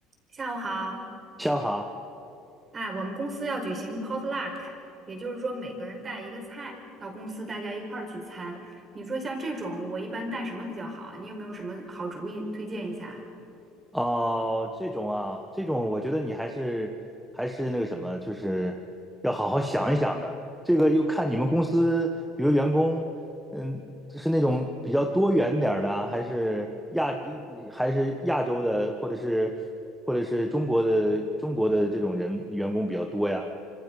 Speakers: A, on the right; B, in the centre.
A: 下午好，
B: 下午好
A: 哎，我们公司要举行 potluck，也就是说每个人带一个菜到公司，大家一块儿聚餐。你说像这种，我一般带什么比较好啊？你有没有什么好主意推荐一下？
B: 哦，这种啊，这种我觉得你还是还是那个什么，就是要好好想一想的。这个又看你们公司，比如员工，嗯，是那种比较多元点儿的啊还是亚还是亚洲的，或者是或者是中国的中国的这种人员工比较多呀？